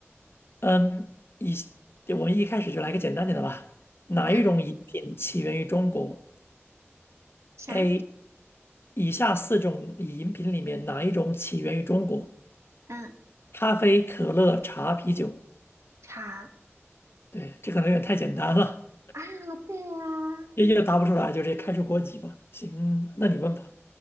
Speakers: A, on the left; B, on the right.
A: 嗯，一，我们一开始就来个简单点的吧。哪一种饮品起源于中国
B: <laughs> 啥？
A: ？A，以下四种饮品里面哪一种起源于中国？
B: 嗯，
A: 咖啡、可乐、茶、啤酒。
B: 茶
A: 对，这可能有点太简单了。
B: 啊，对啊，
A: 也也答不出来，就直接开除国籍吧。行，那你问吧。